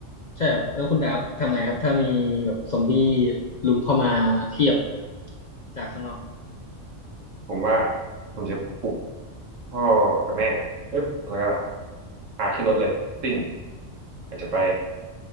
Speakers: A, on the left (about 55°); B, on the right (about 80°).
A: ใช่ครับแล้วคุณดาบทำไงครับถ้ามีแบบซอมบี้ลุมเข้ามาเทียบจากข้างนอก
B: ผมว่าผมจะปลุกพ่อกับแม่ก่อนปึ๊บแล้วก็พาขึ้นรถเลยซิ่งอาจจะไป